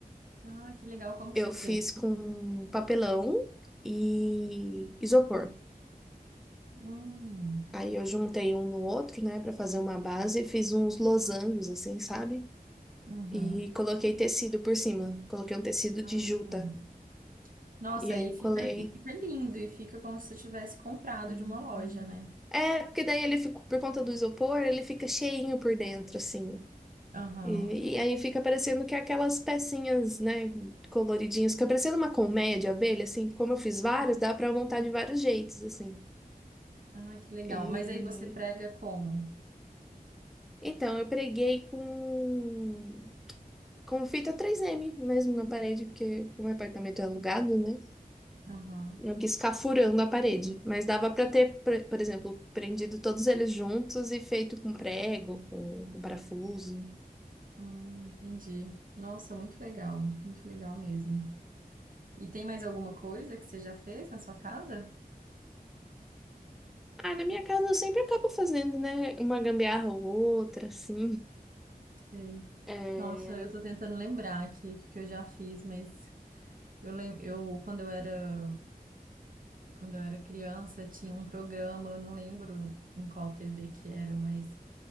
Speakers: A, on the right (about 60°); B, in the centre.
A: Ah, que legal. Como que
B: Eu
A: você fez?
B: fiz com papelão e isopor.
A: Hum.
B: Aí eu juntei um no outro, né, para fazer uma base e fiz uns losangos assim, sabe?
A: Uhum.
B: E coloquei tecido por cima. Coloquei um tecido
A: Ah,
B: de juta.
A: hum. Nossa,
B: E aí
A: e
B: eu
A: fica,
B: colei.
A: e fica lindo, e fica como se você tivesse comprado
B: Uhum.
A: de uma loja, né?
B: É, porque daí ele ficou, por conta do isopor, ele fica cheinho por dentro, assim.
A: Aham.
B: E, e aí fica parecendo que é aquelas pecinhas, né, coloridinhas, fica parecendo uma colmeia de abelha, assim, como eu fiz vários,
A: Sim.
B: dá pra montar de vários jeitos, assim.
A: Ah, que legal.
B: E-
A: Mas aí você prega como?
B: Então, eu preguei com, com fita 3M mesmo na parede, porque o meu apartamento é alugado, né?
A: Aham.
B: Eu quis ficar furando a parede, mas dava pra ter, pre- por exemplo, prendido todos eles juntos e feito com prego, com, com parafuso.
A: Hum, entendi. Nossa, muito legal. Muito legal mesmo. E tem mais alguma coisa que você já fez na sua casa?
B: Ah, na minha casa eu sempre acabo fazendo, né, uma gambiarra ou outra, assim.
A: Sei.
B: É,
A: Nossa, eu tô tentando lembrar aqui o que que eu já fiz, mas eu lembro, eu quando eu era quando eu era criança tinha um programa, eu não lembro em qual TV que era, mas